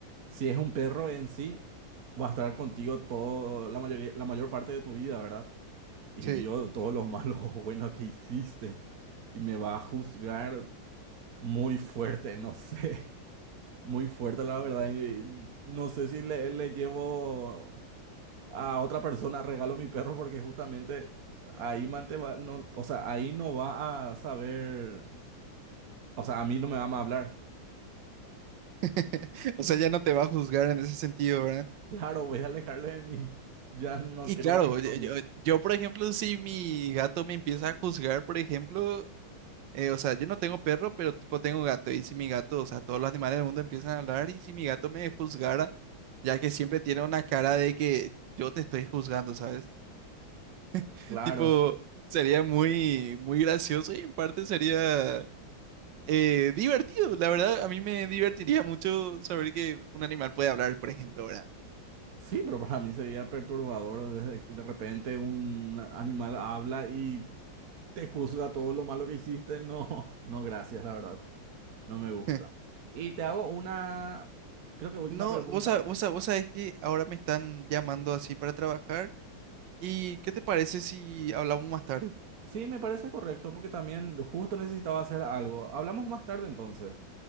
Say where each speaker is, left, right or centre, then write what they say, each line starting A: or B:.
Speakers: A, on the right; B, on the right.
A: si es un perro en sí, va a estar contigo todo, la mayoría, la mayor parte de tu vida, ¿verdad? Y
B: Sí.
A: vio todos los malos o buenos <laughs> que hiciste y me va a juzgar muy fuerte, no sé, <laughs> muy fuerte la verdad. Y no sé si le, le llevo. a otra persona regalo mi perro porque justamente ahí Mante va, no, o sea, ahí no va a saber, o sea, a mí no me va a hablar. <laughs>
B: <laughs> O sea, ya no te va a juzgar en ese sentido, ¿verdad?
A: Claro, voy a alejarle de mí. Ya no
B: Y
A: quiero
B: claro,
A: más que esté
B: yo,
A: conmigo.
B: yo- yo, por ejemplo, si mi gato me empieza a juzgar, por ejemplo, eh, o sea, yo no tengo perro, pero tipo tengo gato, y si mi gato, o sea, todos los animales del mundo empiezan a hablar, y si mi gato me juzgara, ya que siempre tiene una cara de que yo te estoy juzgando, ¿sabes? <laughs>
A: Claro.
B: Tipo, sería muy, muy gracioso y en parte sería eh, divertido, la verdad, a mí me divertiría mucho saber que un animal puede hablar, por ejemplo, ¿verdad?
A: Sí, pero para mí sería perturbador desde que de repente un animal habla y te juzga todo lo malo que hiciste. No, <laughs> no, gracias, la verdad. No me gusta.
B: <laughs>
A: Y te hago una, creo que última
B: No,
A: pregunta
B: vos, sa- vos, sa- vos sabés que ahora me están llamando así para trabajar. ¿Y qué te parece si hablamos más tarde?
A: Sí, me parece correcto porque también justo necesitaba hacer algo. Hablamos más tarde entonces.